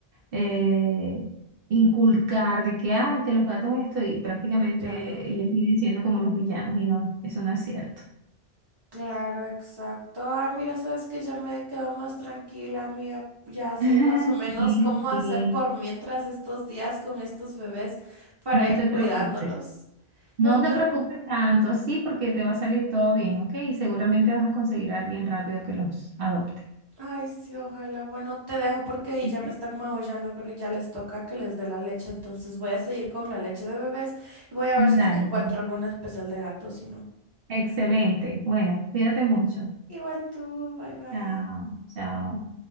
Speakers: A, on the right (about 65°); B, on the right (about 25°).
A: Eh, inculcar de que, ah, que los gatos esto y prácticamente
B: Claro.
A: ellos vienen siendo como los villanos y no, eso no es cierto.
B: Claro, exacto. Ay, mira, sabes que ya me quedo más tranquila, amiga. Ya sé
A: <laughs>
B: más o menos
A: Sí,
B: cómo hacer
A: sí,
B: por mientras estos días con estos bebés para
A: no
B: ir
A: te
B: cuidándolos.
A: preocupes. No
B: Pero te...
A: te preocupes tanto, sí, porque te va a salir todo bien, ¿ok? Y seguramente vas a conseguir a alguien rápido que los adopte.
B: Ay, sí, ojalá. Bueno, te dejo porque ahí ya
A: Ok.
B: me están maullando. Creo que ya les toca que les dé la leche. Entonces voy a seguir con la leche de bebés y voy a
A: Dale.
B: ver si es que encuentro
A: pues.
B: alguna especial de gato, si no.
A: Excelente. Bueno, cuídate mucho.
B: Igual tú, bye bye.
A: Chao, chao.